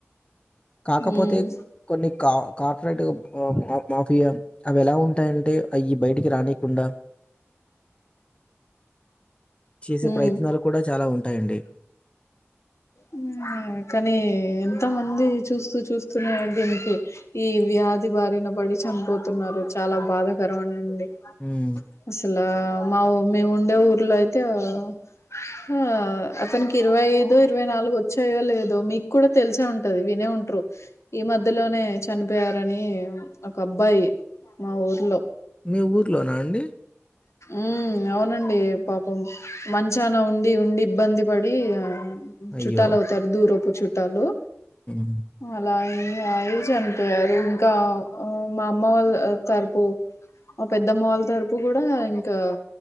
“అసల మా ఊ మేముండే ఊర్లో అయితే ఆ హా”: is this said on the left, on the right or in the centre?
Left